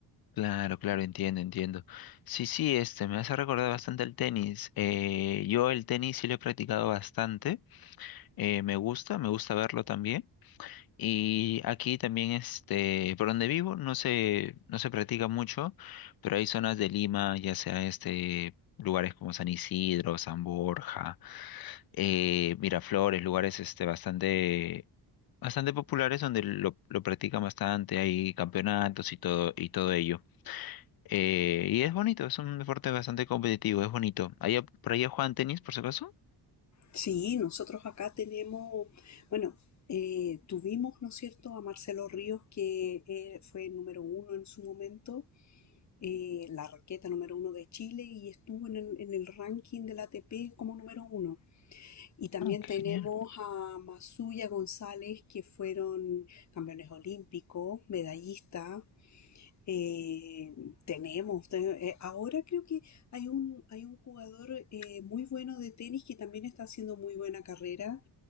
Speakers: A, on the left; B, on the left.
A: Claro, claro, entiendo, entiendo. Sí, sí, este me hace recordar bastante el tenis. Eh, yo el tenis sí lo he practicado bastante. Eh, me gusta, me gusta verlo también. Y aquí también, este, por donde vivo, no se, no se practica mucho, pero hay zonas de Lima, ya sea este, lugares como San Isidro, San Borja, eh, Miraflores, lugares este, bastante bastante populares donde lo, lo practican bastante, hay campeonatos y todo, y todo ello. Eh, y es bonito, es un deporte bastante competitivo, es bonito. ¿Allá, por allá juegan tenis, por si acaso?
B: Sí, nosotros acá tenemos, bueno, eh, tuvimos, ¿no es cierto?, a Marcelo Ríos, que eh, fue el número uno en su momento, eh, la raqueta número uno de Chile y estuvo en el, en el ranking del ATP como número uno. Y también
A: Ah, qué
B: tenemos
A: genial.
B: a Masuya González, que fueron campeones olímpicos, medallistas, eh, tenemos, te- eh, ahora creo que hay un, hay un jugador eh, muy bueno de tenis que también está haciendo muy buena carrera